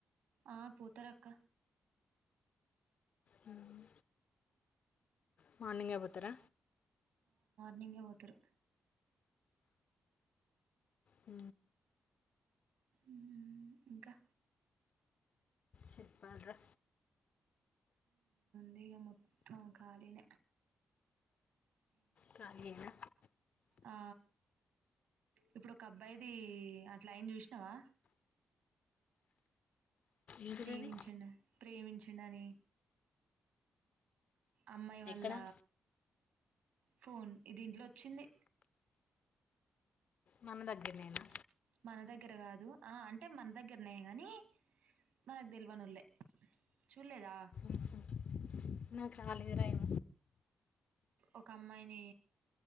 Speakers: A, on the right (about 80°); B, on the left (about 70°).
A: ఆ పోూతరక్క
B: హ్మ్ మార్నింగ్ ఏయ్ పోతార
A: నిన్గ ఓతురు
B: ఉ
A: ఉమ్మ్ ఇంకా
B: చెప్పల్రా
A: డే మొత్తం కాలినే
B: కానీగనా
A: ఆ ఇప్పుడు ఒక అబ్బాయిది అట్లాయిన చూసినావా
B: ఏంటిదది
A: ప్రేమించండి ప్రేమించ చిని అమ్మాయి వాళ్ళ
B: ఎక్కడ
A: ఫోన్ ఇదింట్లో వచ్చింది.
B: మన దగ్గరనేేనా
A: మన దగ్గర కాదు ఆ అంటే మన దగ్గరనే కాని మనకు తెలివనుళ్లే చూడలేదా
B: ఉహు నాకు రాలేదు రా ఏమ
A: ఒక అమ్మాయిని